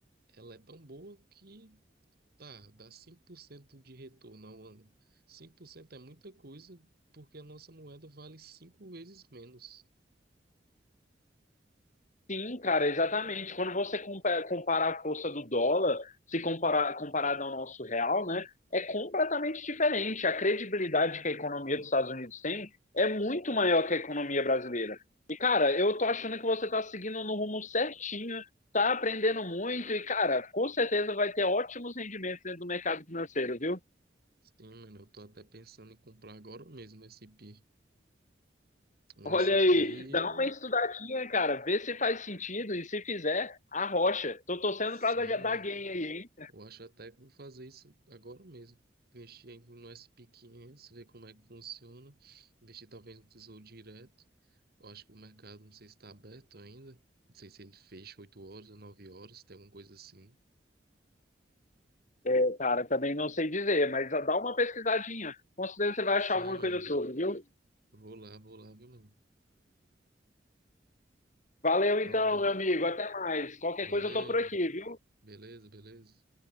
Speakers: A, on the right; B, on the left.
A: ela é tão boa que Tá, dá 5% de retorno ao ano. cinco por cento é muita coisa, porque a nossa moeda vale 5 vezes menos.
B: Sim, cara, exatamente. Quando você compa- compara a força do dólar, se comparar comparado ao nosso real, né, é completamente diferente. A credibilidade que a economia dos Estados Unidos tem é muito maior que a economia brasileira. E, cara, eu tô achando que você tá seguindo no rumo certinho, tá aprendendo muito e, cara, com certeza vai ter ótimos rendimentos dentro do mercado financeiro, viu?
A: Sim, mano, eu tô até pensando em comprar agora mesmo esse SP. Um
B: Olha
A: SP
B: aí, dá
A: ou.
B: uma estudadinha, cara, vê se faz sentido e se fizer, arrocha. Tô torcendo
A: Sim,
B: pra dar
A: mano,
B: dar gain aí, hein?
A: eu acho até que vou fazer isso agora mesmo. Investir aí no SP quinhentos ver como é que funciona. Investir talvez no Tesouro Direto. Eu acho que o mercado, não sei se está aberto ainda. Não sei se ele fecha 8 horas ou 9 horas, tem alguma coisa assim.
B: É, cara, também não sei dizer, mas dá uma pesquisadinha. Com certeza você vai
A: Sim,
B: achar alguma
A: mano.
B: coisa sobre, viu?
A: Vou lá, vou lá, viu, mano?
B: Valeu
A: Falou,
B: então,
A: mano.
B: meu amigo. Até mais. Qualquer
A: Valeu,
B: coisa eu tô por
A: mano.
B: aqui, viu?
A: beleza, beleza.